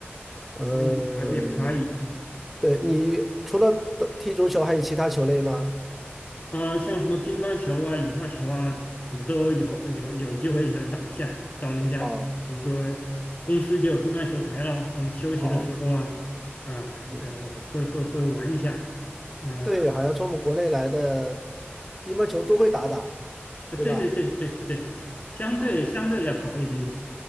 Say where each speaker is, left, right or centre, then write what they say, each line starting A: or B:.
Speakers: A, on the left; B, in the centre.
A: 所以还是有差异。
B: 呃，
A: 嗯
B: 对，你除了打踢足球，还有其他球类吗？
A: 啊、像什么乒乓球啊、羽毛球啊，也都有有有机会也打一下。到人家比如说
B: 哦
A: 公司就有乒乓球台了，那我们休息的时候啊，
B: 哦，
A: 啊呃会会会玩一下。
B: 嗯，
A: 那、
B: 对，好像从我们国内来的乒乓球都会打打，
A: 呃，
B: 对吧？
A: 对对对对对，相对相对要好一点点。
B: 哦，